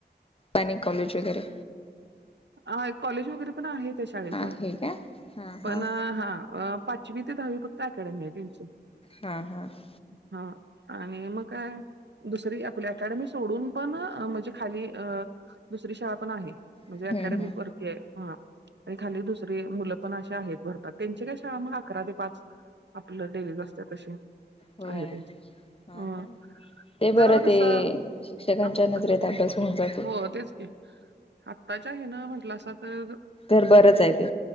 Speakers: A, on the left; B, on the right.
A: आणि कॉलेज वगैरे?
B: हा कॉलेज वगैरे पण आहे! ! शाळेच
A: आहे का हा
B: पण
A: हा
B: हा! पाचवी ते दहावी फक्त अकडमी आहे तची
A: हा! हा! !
B: हा! ! आणि मग काय दुसरी आपली, अकॅडमी सोडून पण म्हणजे खाली अ दुसरी शाळा पण आहे, म्हणजे
A: हम्म
B: अकॅडमी
A: हम्
B: परत हा आणि खाली दुसरी मुलं पण अशी आहेत, बरका? भरतात त्यांची काय शाळा मग अकरा ते पाच आपलं लिहिलेलं असतेय तशी
A: होय
B: आहे त्यांची
A: हा!
B: अ
A: हा! ते
B: जरा
A: बरं! ! ते
B: कसं
A: शिक्षकांच्या
B: आत्ता
A: नजरेत अभ्यास होऊन जातो.
B: हो तेच आत्ताच्या हे ना म्हंटलं असा तर
A: तर बरंच आहे ते